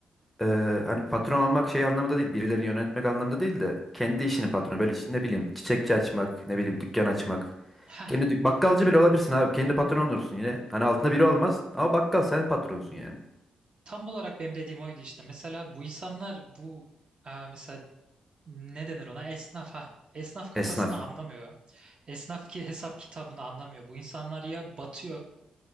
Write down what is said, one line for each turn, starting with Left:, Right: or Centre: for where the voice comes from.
Centre: e, hani patron olmak şey anlamında değil, birilerini yönetmek anlamında değil de kendi işinin patronu. Böyle işte ne bileyim çiçekçi açmak, ne bileyim dükkan açmak.
Right: Heh,
Centre: Kendi dük- bakkalcı bile olabilirsin abi. Kendi patron olursun yine. Hani altında biri olmaz ama bakkal sen patronsun yani.
Right: tam olarak benim dediğim oydu işte. Mesela bu insanlar bu e, mesela ne denir ona? Esnaf ha. Esnaf kafasını
Centre: Esnaf.
Right: anlamıyor. Esnaf ki hesap kitabını anlamıyor. Bu insanlar ya batıyor